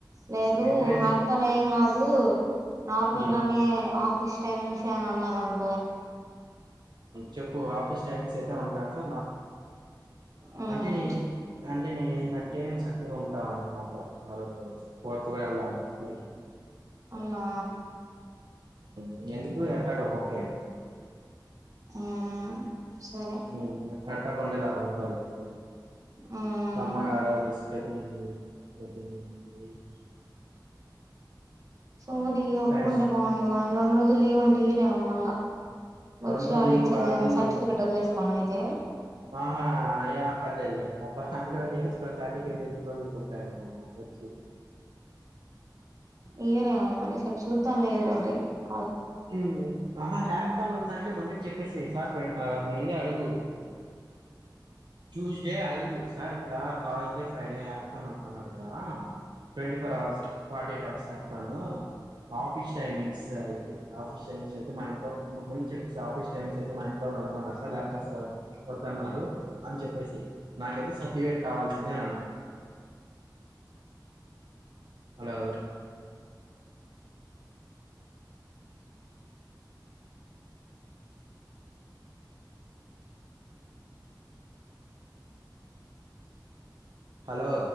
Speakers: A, on the right; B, on the right.
A: లేదు
B: ఎంకరేజ్
A: ఆక్తానే
B: గా
A: ఏం కాదు ఉ నార్మల్
B: ఉమ్,
A: గానే ఆఫీస్ టైమింగ్స్ ఏమ్మాన్నారండి
B: చెప్పు ఆఫిస్ టైమ్స్ <unintelligible>
A: మ్మ్
B: అంటే నేన్ అంటే నేను ఏమ్ అంటే చక్కగా ఉంటావా నువ్ నాతో <unintelligible>
A: అవునా
B: ఇంకెందుకు ఎటగో బొక్కే గా
A: మ్మ్ సరే
B: ఉమ్మా ఎందుకు <unintelligible> <unintelligible>
A: మ్మ్
B: తమ్ముడు ఆ రోజు <unintelligible> <unintelligible>
A: సోది ఒప్పు
B: టైమ్స్
A: కుంటే బాగుండు ఆ రెండు రోజుల్ లీవ్ అంటే ఇయ్యారే మళ్ళ వచ్చి
B: రెండు రోజులు
A: వాళ్ళ
B: లీవ్
A: ఇచ్చేదా
B: కాదు
A: సర్టిఫికెట్ వదిలేసుకోన ఇ తే
B: ఆహా అయకట్ అయ్యింది. <unintelligible> ఒక్క సర్టిఫికెట్ తెచ్చుకోండి <unintelligible> మంచిగా ఉంది.
A: ఏయరేమో మరి ఒక్కసారి చూద్దాం ఏదో ఒక్కటి
B: <unintelligible> అంటే మళ్ళీ చెప్పేసేయ్ సార్ పెడ్తారా ముందే అడుగు చూషి ఇదే అడుగు సార్ ఇలా థర్స్ డే ఫ్రైడే <unintelligible> నన్ అడిగిరా twenty four hours forty eight hours ఎట్లనో ఆఫీస్ టైమింగ్స్ అయితే ఆఫీస్ టైమింగ్స్ అయితే మా ఇంట్లో ముందు చెప్పేసి ఆఫీస్ టైమింగ్స్ అయితే మా ఇంట్లో నుమా సార్ ల్యాప్టాప్స్ లో వద్దన్నారు అని చెప్పేసి నాకైతే సర్టిఫికేట్ కావాల్సిందే అని అడుగో, హలో హలో